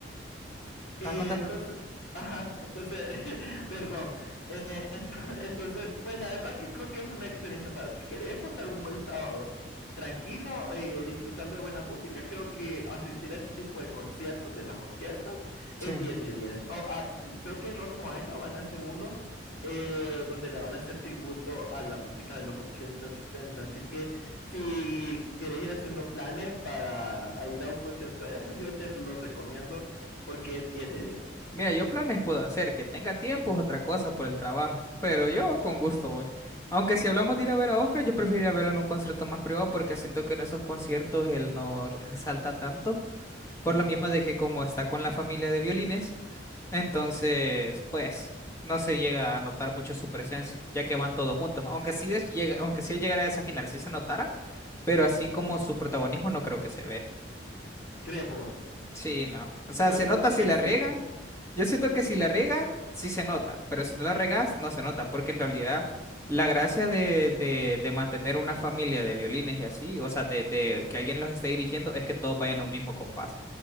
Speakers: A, on the left (about 60°); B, on the left (about 15°).
A: Eh,
B: ¿estás contando?
A: entonces, ajá, entonces, <laughs> perdón. Eh, ent- entonces, pues la verdad que creo que es una experiencia para, si querés pasar un buen sábado tranquilo, eh, disfrutando de buena música, creo que asistir a este tipo de conciertos de las orquestas es
B: Sí.
A: 10 de 10. O, ah, c- creo que el otro año van a hacer uno eh, donde le van a hacer tributo a la música de los 80, 70. Así que si quieres ir haciendo planes para a ir a un concierto de eso, yo te lo recomiendo porque es 10 de diez,
B: Mira, yo planes puedo hacer, que tenga tiempo es otra cosa por el trabajo, pero yo con gusto voy. Aunque si hablamos de ir a ver a Oscar, yo preferiría verlo en un concierto más privado porque siento que en esos conciertos él no resalta tanto, por lo mismo de que como está con la familia de violines, entonces pues no se llega a notar mucho su presencia, ya que van todos juntos. Aunque sí des- llega, aunque si él llegara a esa final, sí se notara, pero así como su protagonismo no creo que se vea.
A: ¿Crees vos?
B: Sí, no. O sea,
A: Yo
B: se
A: siento
B: nota si
A: que
B: la
A: sí.
B: riegan. Yo siento que si la riegan, sí se nota, pero si no la riegas, no se nota, porque en realidad la gracia de, de, de mantener una familia de violines y así, o sea, de, de que alguien los esté dirigiendo, es que todos vayan a un mismo compás.